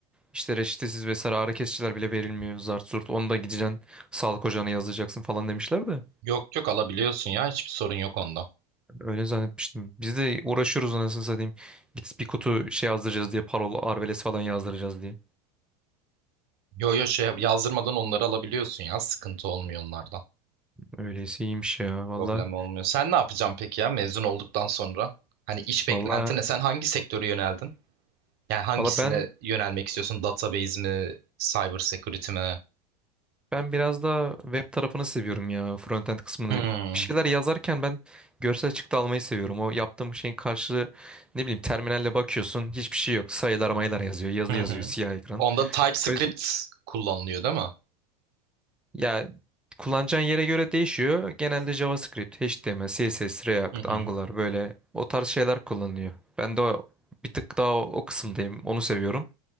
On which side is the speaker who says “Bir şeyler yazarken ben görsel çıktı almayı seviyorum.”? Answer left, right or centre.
Centre